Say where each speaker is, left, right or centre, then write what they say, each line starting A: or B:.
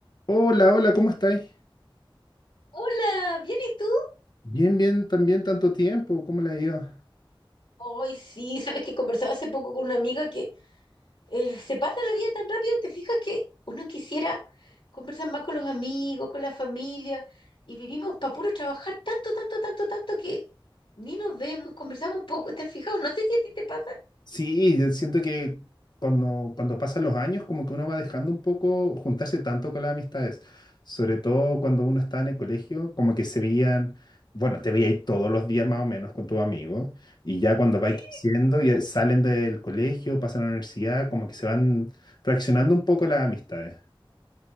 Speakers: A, on the left; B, on the left.
A: Hola, hola, ¿cómo estáis?
B: Hola, ¿bien y tú?
A: Bien, bien, también tanto tiempo, ¿cómo le ha ido?
B: Hoy sí, sabes que conversaba hace poco con una amiga que eh, se pasa la vida tan rápido, te fijas que uno quisiera conversar más con los amigos, con la familia, y vivimos para puro trabajar tanto, tanto, tanto, tanto que ni nos vemos, conversamos poco, ¿te has fijado? No sé si a ti te pasa.
A: Sí, yo siento que cuando, cuando pasan los años, como que uno va dejando un poco juntarse tanto con las amistades, sobre todo cuando uno está en el colegio, como que se veían, bueno, te veías todos los días más o menos con tus amigos, y ya cuando vais
B: Sí,
A: creciendo, ya salen del colegio, pasan a la universidad, como que se van fraccionando un poco las amistades.